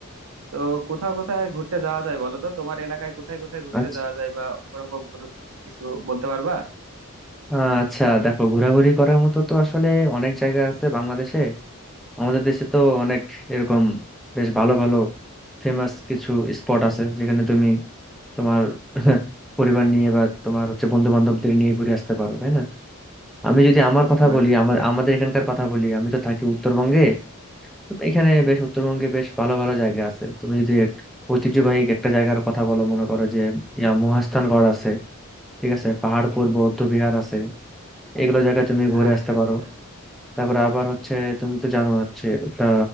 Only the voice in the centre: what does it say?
আচ্ছা
আহ, আচ্ছা দেখো ঘোরাঘুরি করার মতো তো আসলে অনেক জায়গা আছে বাংলাদেশে আমাদের দেশে তো অনেক এরকম বেশ ভালো ভালো ফেমাস কিছু স্পট আছে যেখানে তুমি তোমার <laughs> পরিবার নিয়ে বা তোমার হচ্ছে বন্ধু বান্ধবদের নিয়ে ঘুরে আসতে পারো তাই না আমি যদি আমার
কথা
বলি আমার আমাদের এখানকার কথা বলি আমি তো থাকি উত্তরবঙ্গে তো এখানে বেশ উত্তরবঙ্গে
বেশ
ভালো ভালো জায়গা আছে তুমি যদি এক- ঐতিহ্যবাহী একটা জায়গার কথা বলো মনে করো যে ইয়া মহাস্থানগড় আছে ঠিক আছে পাহাড়পুর বৌদ্ধ বিহার আছে এগুলো জায়গায় তুমি ঘুরে
আসতে পারো
তারপরে আবার হচ্ছে তুমি তো জানো হচ্ছে একটা